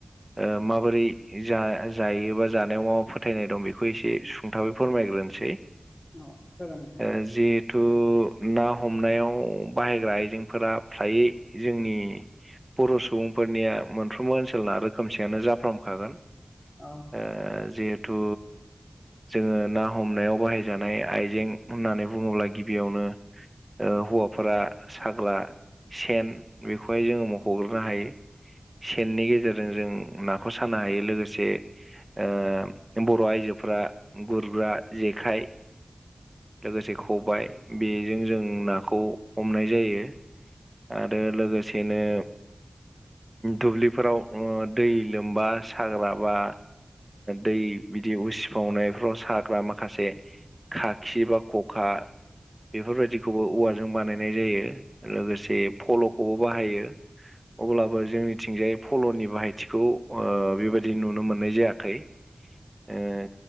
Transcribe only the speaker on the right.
ओ माबोरै जा जायोबा जानायाव मा मा फोथायनाय दं बेखौ एसे सुंथाबै फोरमायग्रोनोसै।
ओ जिहेथु ना हमनायाव बाहायग्रा आइजेंफोरा फ्रायै जोंनि बर' सुबुंफोरनिया मोनफ्रोमबो ओनसोलना रोखोमसेयानो जाफ्रामखागोन खागोन।
ओ जिहेथु जोङो ना हमनायाव बाहाय जानाय आइजें होननानै बुङोब्ला गिबियावनो ओ हौवाफोरा साग्रा सेन बेखौहाय जोङो मख'ग्रोनो हायो। सेननि गेजेरजों जों नाखौ सानो हायो लोगोसे ओ बर' आइजोफोरा गुरग्रा जेखाइ लोगोसे खबाय बेजों जों नाखौ हमनाय जायो आरो लोगोसेनो दुब्लिफोराव ओ दै लोमबा साग्रा बा दै बिदि उसिफावनायफ्राव साग्रा माखासे खाखि बा खखा बेफोरबायदिखौबो औवाजों बानायनाय जायो। लोगोसे फल'खौबो बाहायो अब्लाबो जोंनिथिंजाय फल'नि बाहायथिखौ ओ बेबायदि नुनो मोननाय जायाखै। ओ